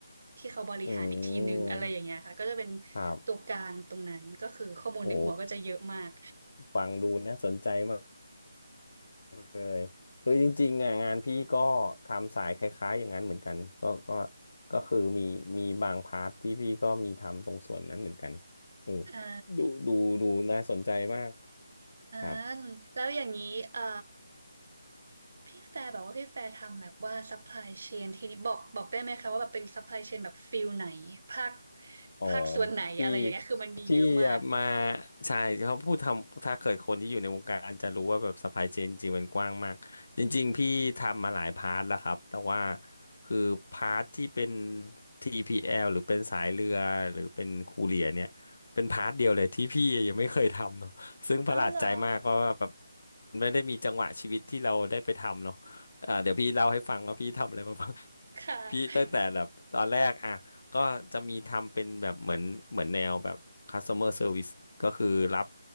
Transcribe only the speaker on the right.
ที่เขาบริหารอีกทีหนึ่งอะไรอย่างเงี้ยค่ะก็จะเป็น
ตัวกลางตรงนั้นก็คือข้อมูลในหัวก็จะเยอะมาก
<laughs> อ่า
อ่า
แล้วอย่างนี้เอ่อพี่แฟร์บอกว่าพี่แฟร์ทำแบบว่า supply chain ทีนี้บอกบอกได้ไหมคะว่าแบบเป็น supply chain แบบฟิลไหนภาค
ภาคส่วนไหนอะไรอย่างเงี้ยคือมันมีเยอะมาก
อ๋อเหรอ
ค่ะ